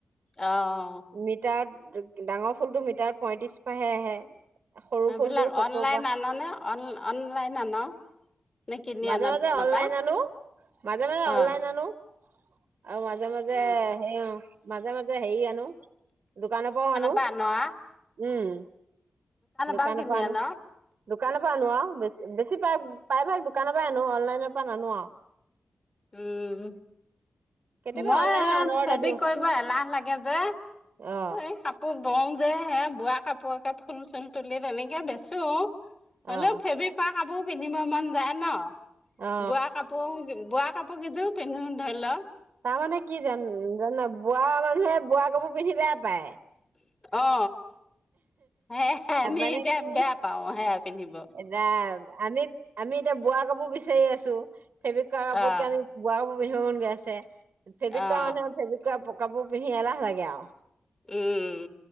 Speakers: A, on the left (about 20°); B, on the right (about 75°).
A: অ অ অহ।
B: মিটাৰত, ডাঙৰ ফুলতটো মিটাৰত পইয়ত্ৰিশহে আহে। সৰু ফুলটো
A: এইবিলাক
B: সত্তৰ
A: অনলাইন
B: পৰা
A: আননে? অন অনলাইন আন? নে কিনি
B: মাজে
A: আন
B: মাজে
A: দোকানৰ
B: অনলাইন
A: পা?
B: আনো মাজে মাজে অনলাইন
A: অ।
B: আনো আৰু মাজে -মাজে সেই অ, মাজে - মাজে হেৰি আনো। দোকানৰ পৰাও আনো,
A: পৰা আন আ
B: উম। দোকানৰ
A: পৰাও কিনি
B: পৰা আনো,
A: আন
B: দোকানৰ পৰা আনো অ, বেছি বেছি ভাগ, প্ৰায় ভাগ দোকানৰ পৰাই আনো, অনলাইনৰ পৰা নানো আৰু
A: উম।
B: কেতিয়াবা
A: মই
B: অনলাইনত
A: এই
B: অৰ্ডাৰ এটা
A: ফেব্ৰিক
B: দিওঁ
A: কৰিব এলাহ লাগে যে,
B: অ
A: এই কাপ কাপোৰ বওঁ যে, হেই বোৱা কাপোৰকে ফুল চুল তুলি তেনেকে বেচো হলে
B: অ
A: ফেব্ৰিক কৰা কাপোৰ পিন্ধিব মন যায় ন,
B: অ
A: বোৱা কাপোৰ বোৱা কাপোৰ কেইযোৰ পিন্ধো ধৰি ল
B: তাৰমানে কি জান- জান? বোৱা মানুহে বোৱা কাপোৰ পিন্ধি বেয়া পায়।
A: অ, সে আমি
B: মানে
A: এতিয়া
B: কি
A: বেয়া পাও সে পিন্ধিব
B: এ আমি আমি এতিয়া বোৱা কাপোৰ বিচাৰি আছো, ফেব্ৰিক কৰা কাপোৰতকে
A: অঁ
B: আমি বোৱা কাপোৰ পিন্ধিব মন গৈ আছে। ফেব্ৰিক
A: অ',
B: কৰা মানুহৰ ফেব্ৰিকৰ কাপোৰ পিন্ধি এলাহ লাগে আৰু।
A: উম।